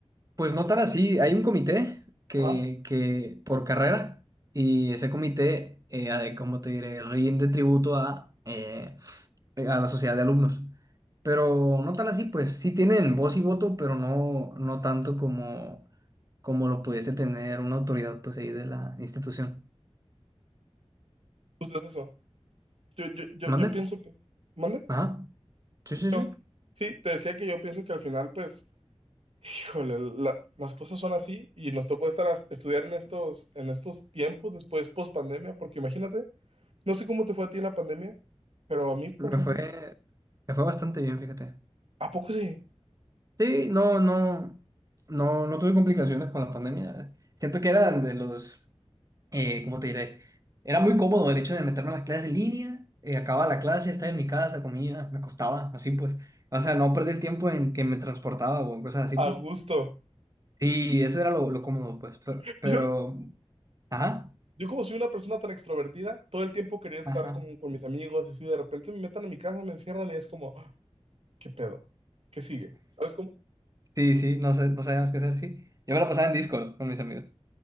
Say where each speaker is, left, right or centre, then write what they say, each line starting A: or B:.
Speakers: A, on the right (about 30°); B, on the right (about 65°).
A: Pues no tan así, hay un comité que,
B: Ajá,
A: que por carrera y ese comité, eh, a- ¿cómo te diré? Rinde tributo a, eh, eh, a la sociedad de alumnos. Pero no tan así, pues sí tienen voz y voto, pero no, no tanto como, como lo pudiese tener una autoridad pues ahí de la institución.
B: justo es eso. Yo, yo, yo,
A: ¿Mande?
B: yo pienso que... ¿Mande?
A: Ajá. Sí, sí,
B: No.
A: sí.
B: Sí, te decía que yo pienso que al final, pues... Híjole, la- las cosas son así y nos tocó estar a estudiar en estos, en estos tiempos después post pandemia, porque imagínate, no sé cómo te fue a ti en la pandemia, pero a mí, por
A: Me
B: ejemplo,
A: fue, me fue bastante bien, fíjate.
B: ¿a poco sí?
A: Sí, no, no, no, no tuve complicaciones con la pandemia. Siento que eran de los eh, ¿cómo te diré? Era muy cómodo el hecho de meterme a las clases en línea, eh, acababa la clase, estaba en mi casa, comía, me acostaba, así pues. O sea, no perder tiempo en que me transportaba o cosas así,
B: A
A: pues.
B: gusto.
A: Sí, eso era lo, lo cómodo, pues. Pero,
B: <laughs>
A: pero,
B: Yo,
A: ajá,
B: yo como soy una persona tan extrovertida, todo el tiempo quería estar
A: ajá.
B: como con mis amigos y así de repente me metan en mi casa, me encierran y es como, "Ah, ¿qué pedo? ¿Qué sigue? ¿Sabes cómo?
A: Sí, sí, no, sé, no sabíamos qué hacer, sí. Yo me la pasaba en Discord con mis amigos.